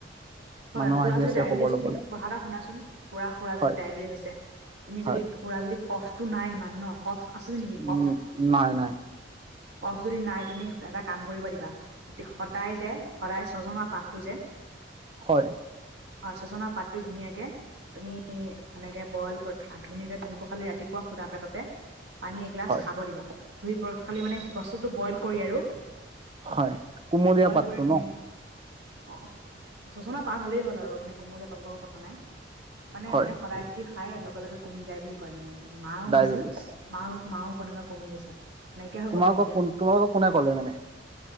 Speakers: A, on the right; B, on the right.
A: হয়,
B: মানুহ
A: খুৰা
B: আহি
A: যদি
B: আছে
A: ডায়েবেটিছ
B: খবৰ ল'বলে
A: তুমি কথা এটা শুনাচোন, পুৰা খুৰা যদি
B: হয়
A: ডায়েবেটিছ আছে। তুমি
B: হয়
A: যদি টুকুৰা যদি কফটো নাই ইমান ন কফ আছে যে নেকি কফ।
B: উম নাই নাই
A: কফ যদি নাই তুমি এটা কাম কৰিব দিবা। সদায় যে সদায় ছজনাৰ পাতটো যে
B: হয়।
A: হয় সজনাৰ পাতটো ধুনীয়াকে তুমি সেনেকে বইল কৰি ধুনীয়াকে ধুই পখালি ৰাতিপুৱা শুদা পেটতে পানী এগিলাচ
B: হয়
A: খাব দিবা ধুই পখালি মানে বস্তুটো বইল কৰি আৰু
B: হয় কুমলীয়া
A: বইল
B: পাতটো
A: কৰি ধুনীয়াকে
B: ন
A: অ', চজনা পাত হলেই হ'ল আৰু মানে কুমলীয়া পাতৰ লগত কথা নাই মানে
B: হয়
A: এনেকে সদায় যদি খাই লগে লগে কমি যায় বুলি কয় মানে মাও
B: ডায়বেটিছ
A: হৈছিল মা মাও কেনেকুৱা কমি গৈছে। নাইকিয়া হৈ
B: তোমালোকক
A: গ'ল মানে এতিয়া
B: কোন তোমালোকক কোনে কলে মানে।